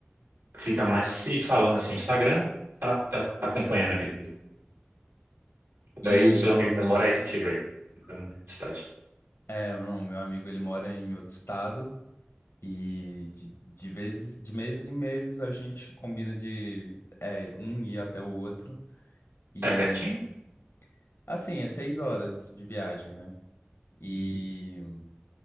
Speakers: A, on the right (about 70°); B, on the left (about 75°).
A: fica mais se falando assim, Instagram, tá, tá acompanhando a vida. do- Daí
B: E
A: o seu amigo ainda mora aí contigo aí, na mesma cidade.
B: é, não, meu amigo ele mora em outro estado e de, de vezes, de meses em meses a gente combina de é, um ir até o outro e
A: É pertinho?
B: assim, é seis horas de viagem, né? E
A: Hum,